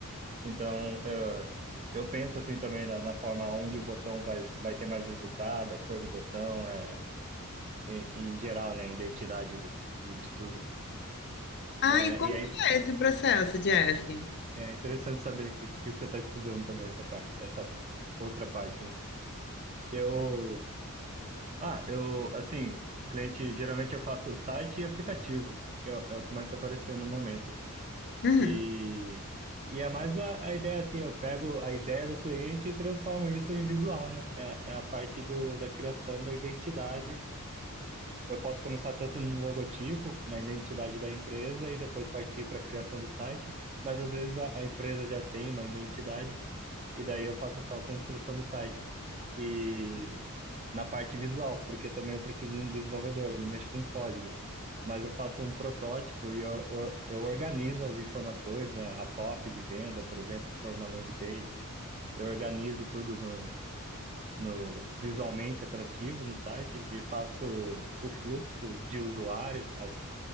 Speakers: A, on the right; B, on the left.
A: Então, eu, eu penso, assim, também na, na forma onde o botão vai, vai ter mais resultado, a cor do botão, é, em, em geral, né? A identidade de, de, de tudo.
B: Ah,
A: É,
B: e como
A: e aí,
B: que é esse processo, Jeff?
A: é interessante saber que, que você tá estudando também essa parte, essa outra parte, né? Eu... Ah, eu, assim, cliente, geralmente eu faço site e aplicativo, que é, o é o que mais está aparecendo no momento.
B: Uhum.
A: E, e é mais a, a ideia, assim, eu pego a ideia do cliente e transformo isso em visual, né? É, é a parte do, da criação da identidade. Eu posso começar tanto no logotipo, na identidade da empresa, e depois partir para a criação do site, mas às vezes a, a empresa já tem uma identidade, e daí eu faço só a construção do site. e na parte visual, porque também eu preciso de um desenvolvedor, eu não mexo com código. Mas eu faço um protótipo e eu, eu eu organizo as informações, né? A copy de venda, por exemplo, se for uma landing page, eu organizo tudo no, no visualmente atrativo no site e faço o fluxo de usuário, as,